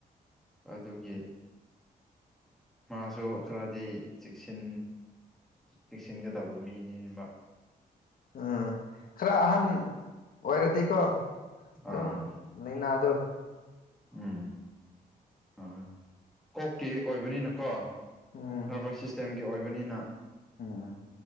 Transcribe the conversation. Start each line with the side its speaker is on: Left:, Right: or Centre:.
Centre: ꯑꯗꯨꯒꯤ ꯃꯥꯁꯨ ꯈꯔꯗꯤ ꯆꯦꯛꯁꯤꯟ ꯆꯦꯛꯁꯤꯟꯒꯗꯕ ꯃꯤꯅꯤꯕ
Left: ꯎꯝ ꯈꯔ ꯑꯍꯟ ꯑꯣꯏꯔꯗꯤꯀꯣ ꯑꯗꯨꯝ
Centre: ꯑꯥ
Left: ꯂꯩꯅꯥꯗꯣ
Centre: ꯎꯝ ꯑ ꯀꯣꯛꯀꯤ ꯑꯣꯏꯕꯅꯤꯅꯀꯣ
Left: ꯎꯝ
Centre: ꯅꯔꯚꯁ ꯁꯤꯁꯇꯦꯝꯒꯤ ꯑꯣꯏꯕꯅꯤꯅ
Left: ꯎꯝ